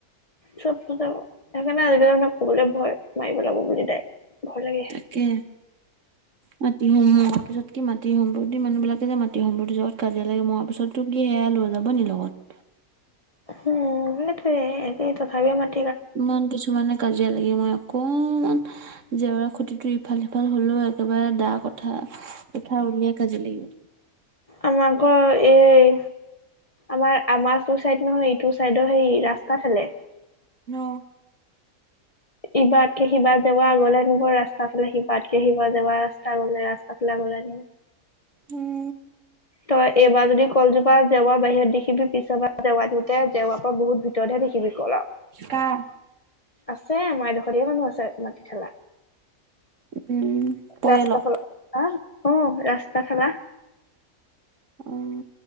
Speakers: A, on the left; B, on the right.
A: চব কথা সেইকাৰণে আজিকালি মানুহক কবলৈ ভয় মাৰিব লাগিব বুলি দাই ভয় লাগে।
B: তাকে। মাটি সম মৰা পিছত কি মাটি সম্প্ৰতি মানুহ বিলাকে যে মাটি সম্প্ৰতি জগত কাজিয়া লাগে মৰাৰ পিছত। তোক কি সেয়া লৈ যাব নি লগত।
A: উম, সেইটোৱে তথাপি মাটি
B: ইমান কিছুমানে কাজিয়া লাগে মৰে অকমান জেওৰা খুতিটো ইফাল সিফাল হলেও একেবাৰে দা কথা কুঠাৰ উলিয়াই কাজিয়া লাগিব।
A: আমাৰ ঘৰ এই আমাৰ আমাৰ সো চাইদ নহয়। ইটো চাইদৰ সেই ৰাস্তা ফালে।
B: ন <unintelligible>
A: ইবাৰাতকে সিবাৰ যাব আগলে নিব ৰাস্তা ফালে শিবাৰকে শিবাব যৱা ৰাস্তা গলে ৰাস্তা ফালে আগলে আনিব।
B: উম,
A: ত এবাৰ যদি কলজোপা জেৱা বাহিৰত দেখি পিছ বা জেৱা দ জেওৰাপা বহুত ভিতৰতহে দেখিবি কল আৰু।
B: কাৰ।
A: আছে আমাৰডোখৰীয়া মানুহ আছে মাটি থেলা।
B: উম পৰিয়ালৰ
A: ৰাস্তা ঠেলা অ 'ৰাস্তা ঠেলা
B: উম,